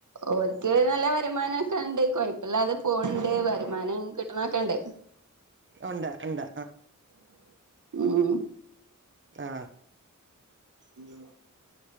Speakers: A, on the right; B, on the right.
A: ഓൽക്ക് നല്ല വരുമാനം ഒക്കെണ്ട് കൊഴപ്പെല്ലാതെ പോണ്ട് വരുമാനം കിട്ടണോക്കെണ്ട്
B: ഉണ്ട് ഇണ്ട്
A: മ്
B: ആ
A: <unintelligible>